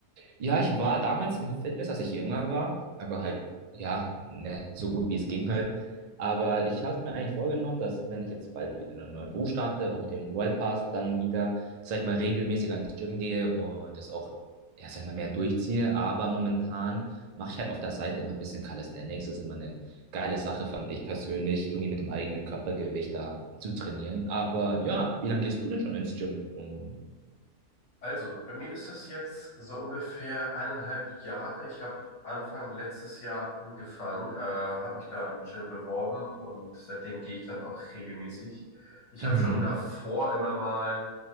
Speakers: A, on the right; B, on the left.
A: Ja, ich war damals im Fitness, als ich jünger war, aber halt, ja, ne, so gut wie es ging halt. Aber ich habe mir eigentlich vorgenommen, dass wenn ich jetzt bald wieder einen neuen Beruf starte, auch mit dem Wild Pass, dann wieder, sag ich mal, regelmäßiger ins Gym gehe und das auch, ja, sag ich mal, mehr durchziehe. Aber momentan mache ich halt auf der Seite immer ein bisschen Calisthenics. Das ist immer eine geile Sache, fand ich persönlich, irgendwie mit dem eigenen Körpergewicht da zu trainieren. Aber ja, wie lange gehst du denn schon ins Gym? Und,
B: Also, bei mir ist das jetzt so ungefähr eineinhalb Jahre. Ich habe Anfang letztes Jahr angefangen, äh, habe mich da im Gym beworben und seitdem gehe ich dann auch regelmäßig. Ich
A: mhm,
B: habe schon davor immer mal,